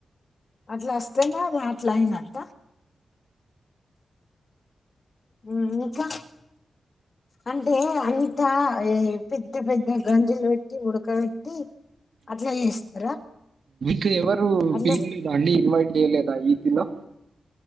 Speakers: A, on the left (about 40°); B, on the right (about 65°).
A: అట్లా అస్తనే అద్ అట్లా అఇనట్టా ఉమ్ ఇంకా అంటే అంత అ ఏ పెద్ద పెద్ద గంజులు పెట్టి ఉడక పెట్టి అట్లా చేస్తారా
B: కి ఎవరు
A: అట్లా
B: పిలవలేదా అండి ఇన్వైట్ చేయలేదా ఈదిలో